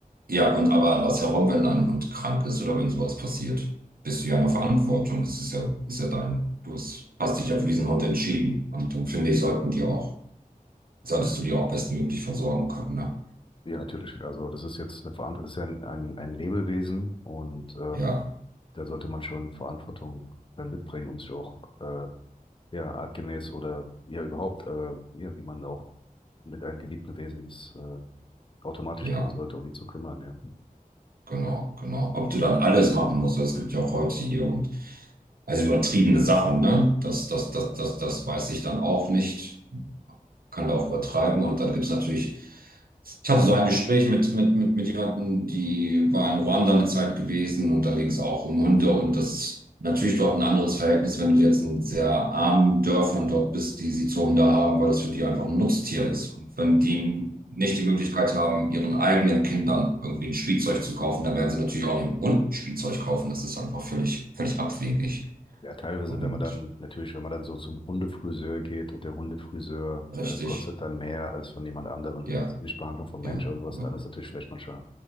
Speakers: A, on the right; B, on the left.
A: Ja, und aber andersherum, wenn ein Hund krank ist oder wenn sowas passiert, bist du ja in der Verantwortung. Es ist ja, ist ja dein, du hast hast dich ja für diesen Hund entschieden. Und dann finde ich, sollten die auch, solltest du die auch bestmöglich versorgen können, ne?
B: Ja, natürlich. Also das ist jetzt eine Verantwortung, das ist ja ein, ein, ein Lebewesen und ähm,
A: Ja,
B: da sollte man schon Verantwortung dann mitbringen, um sich auch äh, ja, artgemäß oder ja überhaupt, äh, ja, wie man auch mit einem geliebten Wesen das äh, automatisch
A: ja,
B: tun sollte, um die zu kümmern, ja.
A: genau, genau. Ob du dann alles machen musst, es gibt ja auch heute hier und also übertriebene Sachen, ne? Das, das, das, das, das weiß ich dann auch nicht, kann da auch übertreiben. Und dann gibt es natürlich Ich hatte so ein Gespräch mit, mit, mit, mit jemandem, die war in Ruanda eine Zeit gewesen und da ging es auch um Hunde und das ist natürlich dort ein anderes Verhältnis, wenn du jetzt in sehr armen Dörfern dort bist, die sie zu Hunde haben, weil das für die einfach ein Nutztier ist. Und wenn die nicht die Möglichkeit haben, ihren eigenen Kindern irgendwie ein Spielzeug zu kaufen, dann werden sie natürlich auch nicht einen Hund ein Spielzeug kaufen. Das ist einfach völlig, völlig abwegig
B: Ja, teilweise,
A: und
B: wenn man dann, natürlich, wenn man dann so zum Hundefriseur geht und der Hundefriseur
A: richtig.
B: äh, kostet dann mehr als von jemand anderem die
A: Ja,
B: medizinische Behandlung vom Mensch
A: ja.
B: oder sowas,
A: Oder
B: dann ist natürlich vielleicht manchmal